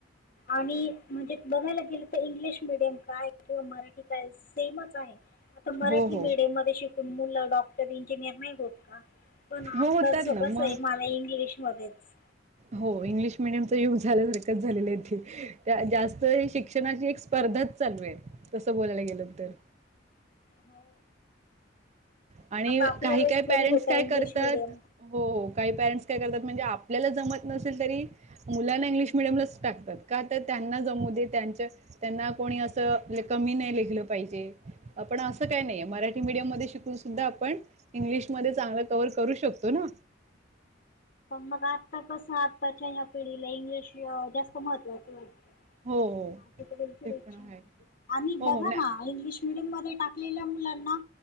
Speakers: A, on the left (about 50°); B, on the right (about 35°).
A: आणि म्हणजे बघायला गेलं तर इंग्लिश मिीडियम काय किंवा मराठी काय सेमच आहे मराठी
B: हो हो
A: मीडियम मध्ये शिकून मुलं डॉक्टर इंजिनियर नाही होत का. पण
B: हो
A: आताच
B: होतात
A: होतच
B: ना मग
A: आहे मला इंग्लिशमध्येध्येच
B: हो इंग्लिश मिीडियमच युग झाल्यासारखंच झालेलं ते त्याजास्त शिक्षणाची एक स्पर्धाच चालूवेल तसं बोलायला गेलं तर
A: हो
B: आणि
A: आता आपल्या
B: काही
A: वेळेस
B: काही पॅरेंट्स
A: थोडी होत्या
B: काय
A: इंग्लिश
B: करतात
A: मिडियम
B: हो काही पॅरेंट्स करतात म्हणजे आपल्याला जमत नसेल तरी मुलांना इंग्लिश मिडियमलाच टाकतात का तर त्यांना जमू दे त्यांच्या. त्यांना कोणी असं कमी नाही लिहिलं पाहिजे आपण असं काय नाहीय मराठी मीडियम मध्ये शिकून सुद्धा आपण इंग्लिशमध्ये चांगलं कव्हर करू शकतो ना
A: पण मग आता कसं आत्ताच्या या्या पिढीला इंग्लिश जास्त महत्त्वाचं वाटतं
B: हो, हो.
A: माझ्याक बल
B: ते
A: इच्छा
B: पण आहे.
A: नाही आणि
B: हो,
A: बघा
B: हो.
A: ना आणि इंग्लिश मिीडियम मध्ये टाकलेल्या मुलांना